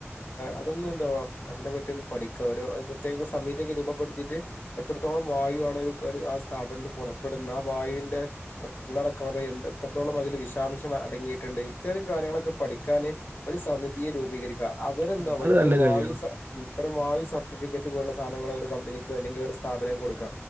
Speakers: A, on the left; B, on the right.
A: അതൊന്നും എന്തവാ അതിനെ പറ്റി ഒന്ന് പഠിക്ക ഓരോ പ്രത്യേക സമിതിയൊക്കെ രൂപപ്പെടുത്തിയിട്ട് എത്രത്തോളം വായു ആണ് ഒരു ആ സ്ഥാപനത്തി പുറപ്പെട്ന്ന ആ വായു ഉള്ളടക്കം അത് എന്ത് എത്രത്തോളം അതില് വിഷാംശം അടങ്ങിയിട്ടുണ്ട് ഇത്തരം കാര്യങ്ങളൊക്കെ പഠിക്കാൻ സമിതിയെ രൂപീകരിക്ക അവരെന്തവാ
B: ഉം അത്
A: ഇത്തരം
B: നല്ല
A: വായൂ
B: കാര്യാണ്.
A: ഇത്തരം വായു സർട്ടിഫിക്കറ്റ് ള്ള സാധനങ്ങള് ഒരു കമ്പനിക്ക് അല്ലെങ്കി ഒരു സ്ഥാപനം കൊടുക്ക